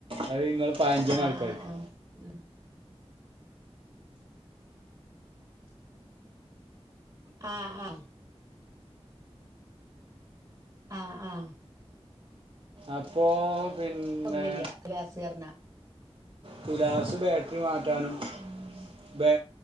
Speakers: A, on the right; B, on the right.
A: അത് ഇങ്ങള് പയഞ്ചൻ
B: ആഹ്
A: ആൾക്കാർക്ക്
B: ആഹ് ആഹ് ഉം ആ ആ ആ ആ
A: അപ്പ് പോ പിന്നെ
B: ഓർമ്മരിയ ഗ്ലാസ്ർന
A: തുലാസ് ബേ മാറ്റാനും
B: ഉം
A: ബേ